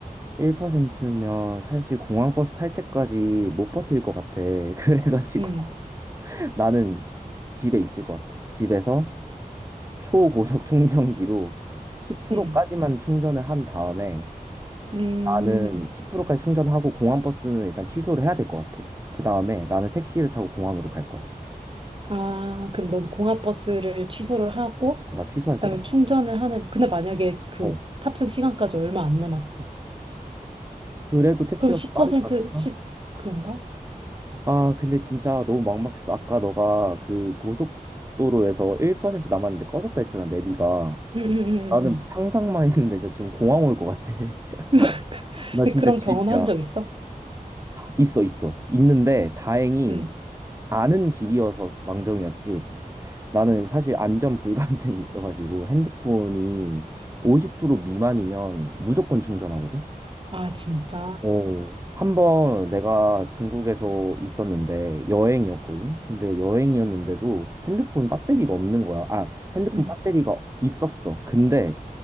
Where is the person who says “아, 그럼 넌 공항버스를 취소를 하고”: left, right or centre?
Right